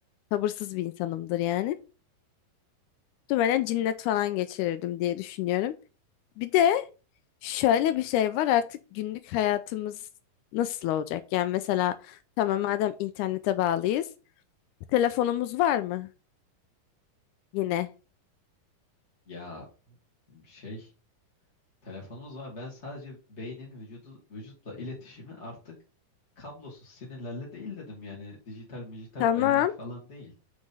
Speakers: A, on the left (about 85°); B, on the left (about 20°).
A: sabırsız bir insanımdır yani. Muhtemelen cinnet falan geçirirdim diye düşünüyorum. Bir de Şöyle bir şey var artık günlük hayatımız nasıl olacak? Yani mesela tamam madem internete bağlıyız. Telefonumuz var mı? Yine.
B: Ya şey Telefonumuz var. Ben sadece beynin vücudu, vücutla iletişimi artık kablosuz sinirlerle değil dedim. Yani dijital, dijital
A: Tamam.
B: benlik falan değil.